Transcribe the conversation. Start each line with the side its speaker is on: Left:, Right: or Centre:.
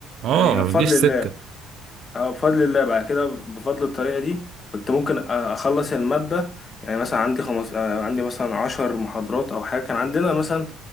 Right: آه
Left: آه، يا
Right: ما
Left: بفضل
Right: بتجيش سكة
Left: الله اه بفضل الله بعد كده بفضل الطريقة دي كنت ممكن أ- أخلص المادة يعني مثلا عندي خمس آه، عندي مثلا عشر محاضرات أو حاجة كان عندنا مثلا